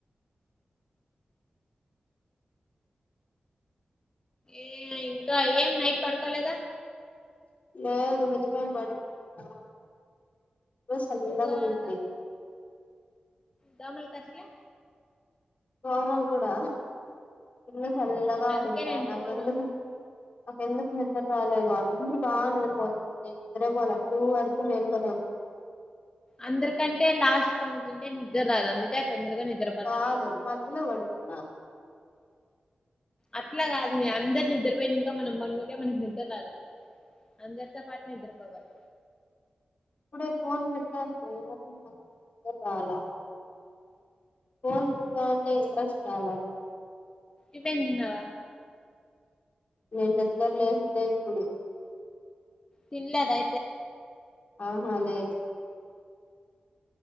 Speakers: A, on the left; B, on the left.
A: ఏ ఇంకా ఏం నైట్ పడుకోలేదా
B: లేదు మిద్దిపైన పడుకున్నా ఇ సల్లాగ
A: ఎందుకు
B: ఉన్నింది
A: దోమలు కర్సెలా
B: దోమలు కూడా కింద చల్లగా
A: అందుకే
B: ఉన్నిందా
A: నేను
B: నాకెందుకు
A: పోను
B: నాకెందుకు నిద్ర రాలేదు అందరూ బాగా నిద్రపోతున్నారు నే నిద్రే పోలే టు వరకు మేల్కొనే ఉన్నా
A: అందరికంటే లాస్ట్ పనుకుంటే నిద్ర రాదు అందుకే తొందరగా నిద్రపోతా
B: కాదు
A: నేను
B: మధ్యలో పడుకున్నా
A: అట్లా కాదు అందరి నిద్రపోయిన ఇంకా మనం పనుకుంటే మనకి నిద్ర రాదు అందరితో పాటు నిద్రపోవాలి
B: ఇప్పుడే ఫోన్ పెట్టాన్నా రాలా ఫోన్ చూసామంటే ఇంట్రెస్ట్ రాలా
A: ఇదేందవా
B: నేను నిగర లేచందే ఇప్పుడు
A: తిన్లేదు అయితే
B: ఆహా లేదు